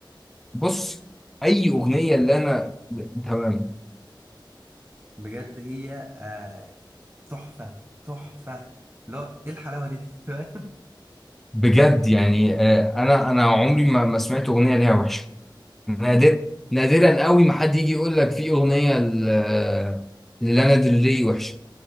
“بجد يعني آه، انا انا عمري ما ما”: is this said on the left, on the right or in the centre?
Centre